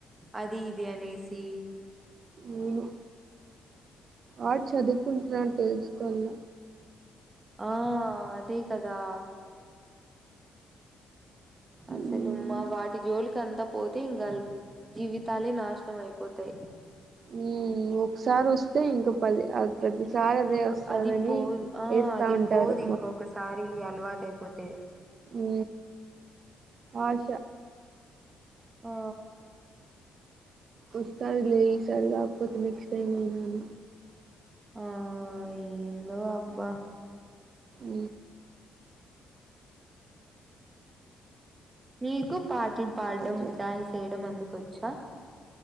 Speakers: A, on the right; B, on the right.
A: అది ఇది అనేసి.
B: మ్మ్ ఆ చదువుకుంటున్నాడు తెలుసుకోల్ల
A: ఆ అదే కదా
B: ఉమ్
A: అస్సలు మా వాటి జోలికి అంతా పోతే ఇంగా ల్ జీవితాలే నాశనం అయిపోతాయి
B: ఉ ఒకసారి వొస్తే ఇంకా పది అదే ప్రతిసారి అదే వస్తాదని
A: అ అది పోదు ఆ
B: ఏస్తా
A: అది
B: ఉంటారు
A: పోదు ఇంకొకసారి అలవాటు అయిపోతే
B: ఉ ఆష
A: ఆ
B: వస్తాది లే ఈసారి కాకపోతే నెక్స్ట్ టైం అన్నాను
A: ఆ ఏందో అబ్బా
B: ఉ
A: నీకు పాటలు పాడ్డం
B: అట్లా
A: డాన్స్ చేయడం అందుకు కొచ్చా